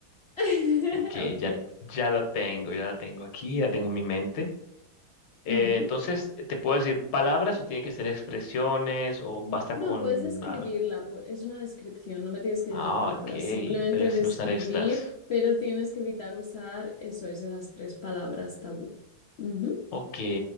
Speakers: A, on the left; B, on the left.
A: <laughs>
B: Ok,
A: Ok.
B: ya, ya lo tengo, ya la tengo aquí, ya tengo en mi mente. Eh,
A: Ujú.
B: entonces, ¿te puedo decir palabras o tiene que ser expresiones o basta
A: No,
B: con...
A: puedes describirla,
B: Ah,
A: pu- es una descripción, no me tienes que
B: ah,
A: decir palabras,
B: ok,
A: simplemente
B: pero sin
A: describir,
B: usar estas.
A: pero tienes que evitar usar eso, es, esas tres palabras tabú. Ujú,
B: Ok,